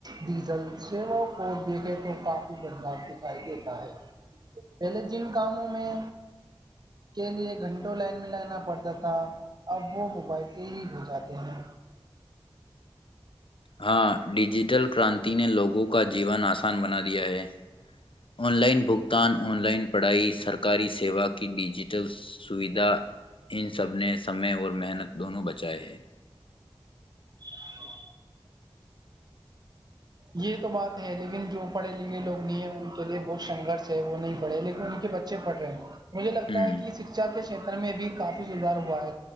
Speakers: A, on the right; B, on the left.
A: ڈیزل سیوا کو دیکھے تو کافی بدلاؤ دکھائی دیتا ہے پہلے جن کاموں میں کے لیے گھنٹوں لائن میں لگانا پڑتا تھا اب وہ موبائل پہ ہی ہو جاتے ہیں
B: ہاں ڈیجیٹل کرانتی نے لوگوں کا جیون آسان بنا دیا ہے آن لائن بھگتان آن لائن پڑھائی سرکاری سیوا کی ڈیجیٹل سویدھا ان سب نے سمے اور محنت دونوں بچائے ہے
A: ا <inaudible> یہ تو بات ہے لیکن جو پڑھے لکھے لوگ نہیں ہے ان کے لیے بہت سنگرش ہے وہ نہیں پڑھے لیکن ان کے بچے پڑھ رہے ہیں مجھے لگتا
B: ہوں
A: ہے کہ یہ شکھا کے ک میں بھی کافی سھار ہوا ہے